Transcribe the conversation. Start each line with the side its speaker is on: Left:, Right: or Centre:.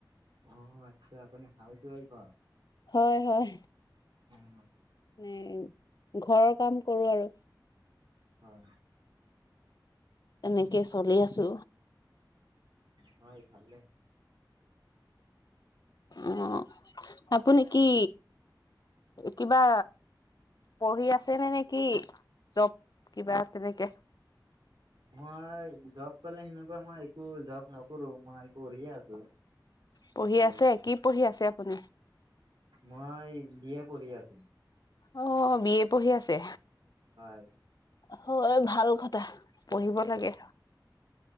Right: অ আচ্ছা আপুনি হাউচ ৱাইফ হয়
Left: হয় হয়
Right: উম
Left: মানে ঘৰৰ কাম কৰো আৰু
Right: হয়
Left: এনেকে চলি আছো
Right: হয় ভালে
Left: আহ আপুনি কি তিিবা পঢ়ি আছে নে নেকি? জব কিবা তেনেকে?
Right: মই জব কলে সেনেকুৱা মই একো জব নকৰো মই একো পঢ়িয়ে আছো।
Left: পঢ়ি
Right: এতিয়া
Left: আছে কি পঢ়ি আছে আপুনি?
Right: মই বি এ পঢ়ি আছো।
Left: অ, বিয়ে পঢ়ি আছে।
Right: হয়।
Left: হয়, ভাল কথা পঢ়িব লাগে।